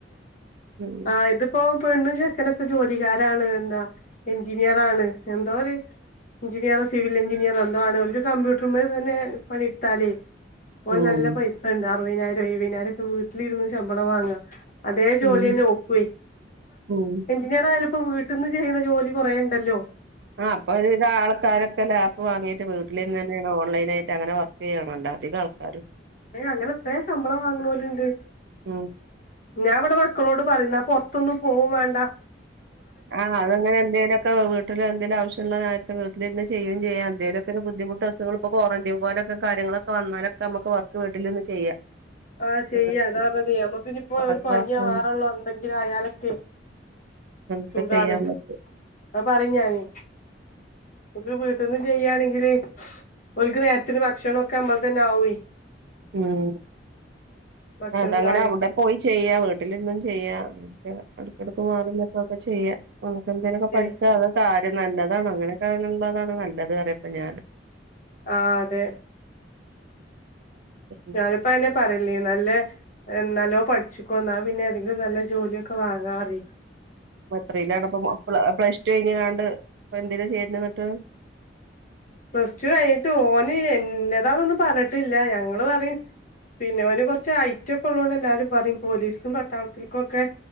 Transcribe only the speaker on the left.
ആ ഇത് ഇപ്പോ പെണ്ണും ചെക്കനൊക്കെ ജോലിക്കാരാണ് എന്താ എഞ്ചിനീയറാണ് എന്തോ ഒരു എഞ്ചിനീയറോ സിവിൽ എഞ്ചിനീയർ എന്തോ ആണ് അവർക്ക് കമ്പ്യൂട്ടറുമേ തന്നെ പണി എടുത്താല് ഓ
നല്ല പൈസ ഉണ്ട് <inaudible> ഒക്കെ വീട്ടിലിരുന്നു ശമ്പളം വാങ്ങ അതേ ജോലി
തന്നെ നോക്കു
എഞ്ചിനീയർ ആയാലും ഇപ്പൊ വീട്ടിൽ നിന്ന് ചെയ്യുന്ന ജോലി കുറേയുണ്ടല്ലോ
അങ്ങനെ എത്രയും ശമ്പളം വാങ്ങണോർ ഉണ്ട്
ഞാൻ അവിടെ മക്കളോട് പറയുന്ന പൊറത്തൊന്നും പോവേണ്ട
ആ ചെയ്യ
അതാ അതി നമ്മുക്ക് ഇനിയിപ്പോ
ഒരു പനിാവാറുള്ളോ
എന്തെങ്കിലും ആയാലൊക്കെ
സുഖാണ്
അത് പറഞ്ഞാന് <inaudible> വീട്ടിൽ നിന്ന് ചെയ്യാണെങ്കിൽ ഓർക്ക് നേരത്തിന് ഭക്ഷണമൊക്കെ നമ്മൾ തന്നെ ആവേ
ഭക്ഷണവും
കാര്യങ്ങളൊക്കെ
ഏഹ്
ആഹ് അതെ
ഞാനിപ്പ അഹന്നെ പറി നല്ലെ നല്ലോ പഠിച്ക്കോ ഇന്നാ പിന്നെ ഏതെങ്കിലും നല്ല ജോലിയൊക്കെ വാങ്ങാറ്യ
പ്ലസ്ടു കഴിഞ്ഞിട്ട് ഓന് എന്നതാ അതൊന്നും പറഞ്ഞിട്ട്ല്ല ഞങ്ങൾ പറയും പിന്നെ ഓന് കൊറച്ച് ഹൈറ്റ് ഒക്കെ ഉള്ളോണ്ട് എല്ലാരും പറയും പോലീസും പട്ടാളത്തിൽ ക്കൊക്കെ